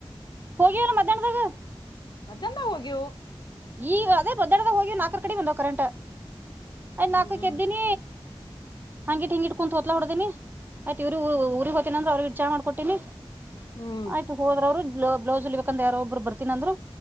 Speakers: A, on the right; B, on the left.
A: ಹೋಗಿ ಮಧ್ಯಾಹ್ನದಾಗ
B: ಮಧ್ಯಾಹ್ನದಾಗಾ ಹೋಗ್ಯವು
A: ಈಗ ಅದೇ ಭದ್ರದಾಗ ನಾಕ ಕಡೆ ಕರೆಂಟ್ ಅಐ್
B: ಹ್ಮ್
A: ನಾಕೈ ಎದ್ದಿನ ಹಂಗಿಟ್ ಹಿಂಗಿಟ್ಟ ಕುಂತ ಆಯ್ತ್ ಇವರುಊರಿಗೆ ಹೋತಿನನಂದ್ರ ಅವ್ರಿಗೆ ಚ ಮಾಡ್ಕಟ್ಟು
B: ಹ್ಮ್
A: ಆಯ್ತು ಹೋದ್ರ ಅವರು ಬ್ಲೌಸ್ ಹೋಲಿಬೇಕು ಯಾರ ಒಬ್ರು ಬರ್ತಾರೆ ಂದ್ರರು